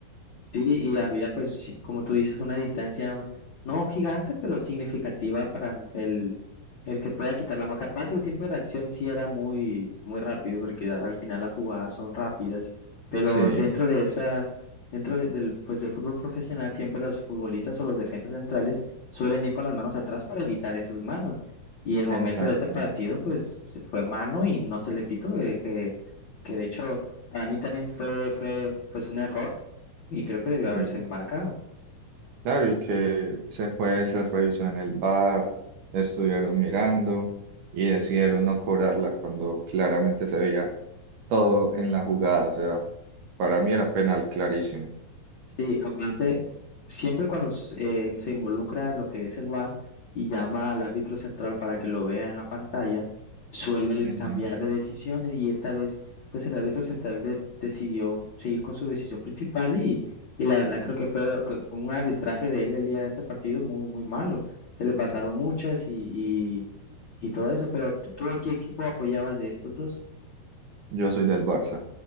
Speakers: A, on the left; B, on the right.
A: Sí, y había, pues, sí, como tú dices, una distancia no gigante, pero significativa para el, el que pueda quitar la mano. Capaz el tiempo de reacción sí era muy, muy rápido, porque a- al final las jugadas son rápidas, pero
B: Sí,
A: dentro de esa, dentro de- del, pues, del fútbol profesional, siempre los futbolistas o los defensas centrales suelen ir con las manos atrás para evitar esas manos. Y el momento
B: exactamente.
A: de este partido, pues, se- fue mano y no se le pitó, eh, que, que de hecho, para mí también fue, fue, pues, un error y creo que debió
B: Sí.
A: haberse marcado.
B: Claro, y que se fue, se revisó en el bar, estuvieron mirando y decidieron no cobrarla cuando claramente se veía todo en la jugada. O sea, para mí era penal clarísimo.
A: Sí, aparte, siempre cuando s- eh, se involucra lo que es el VAR y llama al árbitro central para que lo vea en la pantalla, suele
B: Ujú.
A: cambiar de decisiones y esta vez, pues el árbitro central des- decidió seguir con su decisión principal y, y la verdad creo que fue el- un arbitraje de él el día de este partido muy, muy malo. Se le pasaron muchas y, y, y todo eso, pero ¿tú tú de qué equipo apoyabas de estos dos?
B: Yo soy del Barça,